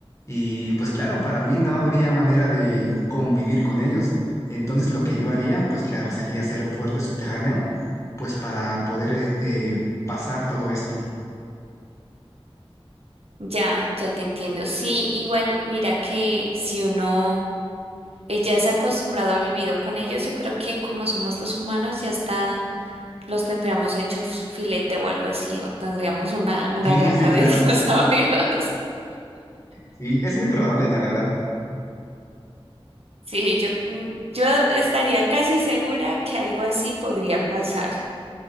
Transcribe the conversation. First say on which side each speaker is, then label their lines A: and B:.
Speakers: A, on the left; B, on the right.
A: Y pues claro, para mí no habría manera de convivir con ellos. Entonces lo que yo haría, pues claro, sería hacer un fuerte subterráneo pues para poder eh, eh, pasar todo esto.
B: ya, ya te entiendo. Sí, igual, mira que si uno eh, ya se ha acostumbrado a vivir con ellos, yo creo que como somos los humanos, ya está Los tendríamos hechos filete o algo así, o tendríamos una, una
A: Sí,
B: granja
A: sí, claro.
B: de <laughs> dinosaurios.
A: Sí, es muy probable, la verdad.
B: Sí, yo, mm, yo estaría casi segura que algo así podría pasar,